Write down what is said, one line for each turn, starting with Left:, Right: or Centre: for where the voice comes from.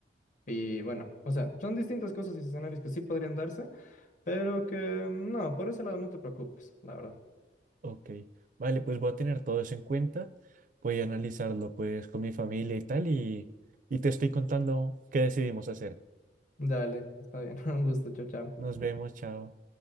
Left: Y bueno, o sea, son distintas cosas y escenarios que sí podrían darse, pero que mm, no, por ese lado no te preocupes, la verdad.
Right: Ok, vale, pues voy a tener todo eso en cuenta, voy a analizarlo pues con mi familia y tal y, y te estoy contando qué decidimos hacer.
Left: Dale, está bien. <laughs> Un gusto, chao, chao.
Right: Nos vemos, chao.